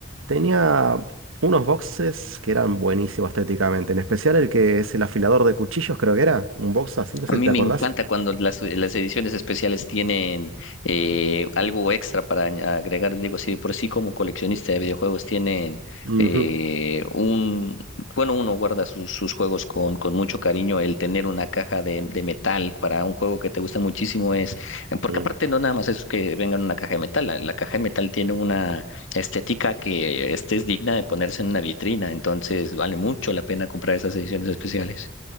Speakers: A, on the right; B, on the left.
A: tenía unos boxes que eran buenísimos estéticamente, en especial el que es el afilador de cuchillos, creo que era, un box así, no
B: A
A: sé
B: mí
A: si te
B: me
A: acordás.
B: encanta cuando las, las ediciones especiales tienen eh, algo extra para añ- agregar. Digo, si de por sí como coleccionista de videojuegos tienen
A: Ujú,
B: eh, un, bueno, uno guarda sus, sus juegos con, con mucho cariño. El tener una caja de, de metal para un juego que te gusta muchísimo es, eh, porque
A: mm.
B: aparte no nada más es que venga en una caja de metal. La, la caja de metal tiene una estética que este es digna de ponerse en una vitrina. Entonces vale mucho la pena comprar esas ediciones especiales.